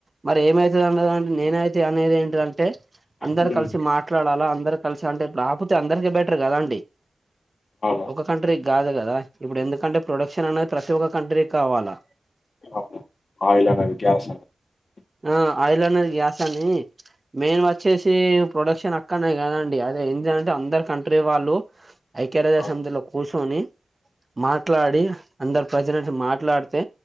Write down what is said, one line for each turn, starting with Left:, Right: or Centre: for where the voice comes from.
Right: మరి ఏమైతుందిండదండి నేనైతే అనేది ఏంట టాంటే అందరు
Left: హ్మ్.
Right: కలిసి మాట్లాడాలా అందరు కలిసి అంటే రాకపోతే అందరిక బెటర్ కదా అండి
Left: అవును.
Right: ఒక కంట్రీ కి కాదు కదా ఇప్పుడు ఎందుకంటే ప్రొడక్షన్ అనేది ప్రతి ఒక్క కంట్రీకి కావాలా
Left: అవును ఆయిల్ అనేది గ్యాస్ <unintelligible>
Right: ఆ ఆయిల్ అన్నది గ్యాస్ అని మెయిన్గా వచ్చేసి ప్రొడక్షన్ అక్కనే కదండి అదే ఇండియా అంటే అందరు కంట్రీ వాళ్ళు ఐక్య రాజ్యసమితిలో
Left: అవును.
Right: కూసోని మాట్లాడి అందరు ప్రజల <unintelligible> మాట్లాడితే